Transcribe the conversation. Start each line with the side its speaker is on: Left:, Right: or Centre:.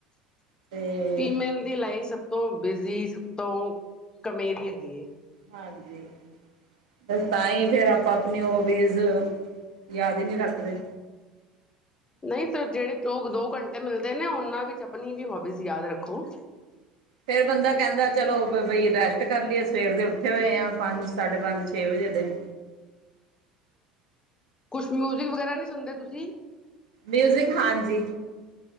Right: ਤੇ
Left: ਫੀਮੇਲ ਦੀ ਲਾਈਫ ਸਭ ਤੋਂ ਬਿਜ਼ੀ। ਤੋਂ। ਕਮੇਰੀ ਹੈਗੀ ਹੈ।
Right: ਹਾਂਜੀ ਬਸ ਤਾਂ ਹੀ ਫਰ ਆਪਾਂ ਆਪਣੀ ਹੋਬੀਜ਼ ਯਾਦ ਹੀ ਨਹੀਂ ਰੱਖ ਰਹੇ।
Left: ਨਹੀਂ ਤਾ ਜਿਹੜੇ ਲੋਕ ਦੋ ਘੰਟੇ ਮਿਲਦੇ ਨੇ ਉਹਨਾਂ। ਵਿੱਚ ਆਪਣੀ ਵੀ ਹੋਬੀਜ਼ ਯਾਦ ਰੱਖੋ।
Right: ਫੇਰ ਬੰਦਾ ਕਹਿੰਦਾ ਚਲੋ ਬਈ ਰੈਸਟ ਕਰ ਲਈਏ ਸਵੇਰ ਦੇ ਉੱਠੇ ਹੋਏ ਆ ਪੰਜ ਸਾਢੇ ਪੰਜ ਛੇ ਵਜੇ ਦੇ ਹ।
Left: ਕੁਛ ਮਿਊਜਿਕ ਵਗੈਰਾ ਨੀ ਸੁਣਦੇ ਤੁਸੀਂ। ਜੀ।
Right: ਮਿਊਜ਼ਿਕ ਹਾਂਜੀ।